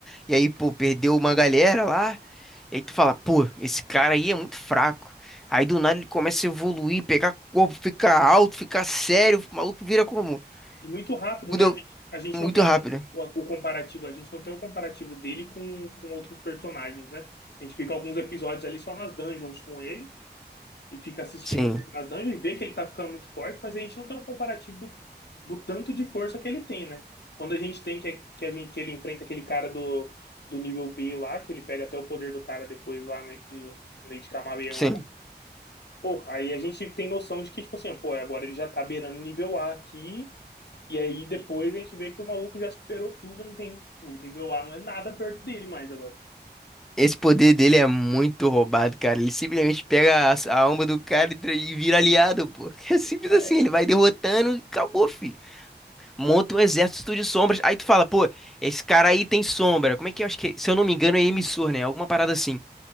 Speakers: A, in the centre; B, on the left (about 75°).
A: e aí, pô, perdeu uma galera lá. E aí tu fala, pô, esse cara aí é muito fraco. Aí do nada ele começa a evoluir, pegar corpo, ficar alto, ficar sério, o maluco vira como?
B: E muito rápido,
A: Muda
B: né? A gente
A: muito
B: não tem
A: rápido.
B: a com-
A: né?
B: o o comparativo, a gente não tem o comparativo dele com, com outros personagens, né? A gente fica alguns episódios ali só nas dungeons com ele e fica assistindo
A: Sim,
B: ele nas dungeons e vê que ele tá ficando muito forte, mas a gente não tem um comparativo do, do tanto de força que ele tem, né? Quando a gente tem que, que, a gente, que ele enfrenta aquele cara do, do nível B lá, que ele pega até o poder do cara depois lá meio de, meio de camaleão.
A: sim.
B: Pô, aí a gente tem noção de que, tipo assim, pô, agora ele já tá beirando o nível A aqui e aí depois a gente vê que o maluco já superou tudo, não tem, tipo, o nível A não é nada perto dele mais agora.
A: Esse poder dele é muito roubado, cara. Ele simplesmente pega a, a alma do cara e, tra- e vira aliado, pô. <laughs> É simples
B: É,
A: assim, ele vai derrotando e acabou, fi. monta um exército de sombras. Aí tu fala, pô, esse cara aí tem sombra. Como é que é? Acho que, se eu não me engano, é emissor, né? Alguma parada assim.